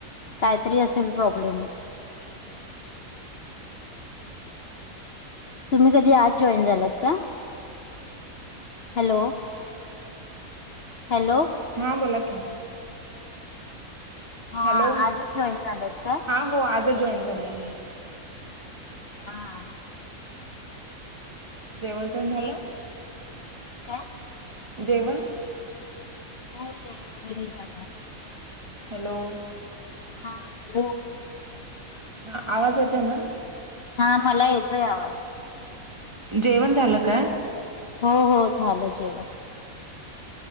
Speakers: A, on the left; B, on the right.
A: काहीतरी असेल प्रॉब्लेम. तुम्ही कधी आज जॉईन झालात का. Hello hello.
B: हा बोला की.
A: हा
B: हॅलो
A: आजच जॉईन झालेत का
B: हा हो आजच जॉईन झाल्या.
A: हा.
B: जेवण तेन झालं.
A: ते काय
B: जेवण.
A: हो जेवण वगैरे झालं.
B: हॅलो.
A: हा हॅलो.
B: हा आवाज येतोय ना.
A: हा मला येतोय आवाज.
B: जेवंत झालं काय.
A: हो हो झालं जेवण.